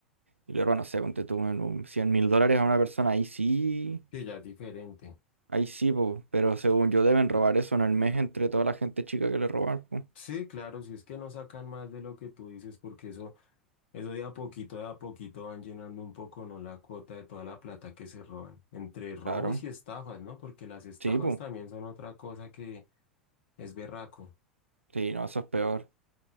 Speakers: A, on the right (about 80°); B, on the left (about 60°).
A: y le roban, no sé, ponte tú en un mil dólares a una persona, ahí sí,
B: que ya es diferente.
A: ahí sí, po, pero según yo deben robar eso en el mes entre toda la gente chica que le roban, pues,
B: Sí, claro, si es que no sacan más de lo que tú dices, porque eso, eso de a poquito, de a poquito van llenando un poco, ¿no? La cuota de toda la plata que se roban, entre robos
A: claro,
B: y estafas, ¿no? Porque las estafas
A: sí, pues,
B: también son otra cosa que es berraco.
A: sí, no, eso es peor.